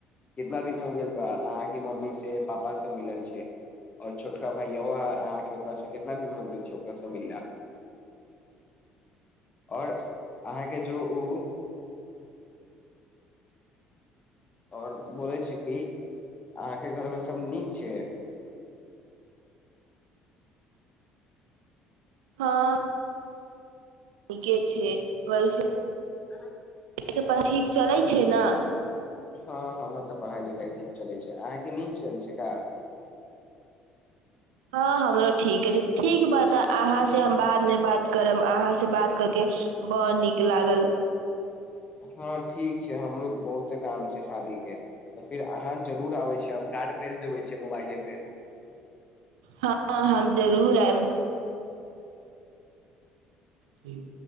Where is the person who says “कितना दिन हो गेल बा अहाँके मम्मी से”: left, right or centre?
Left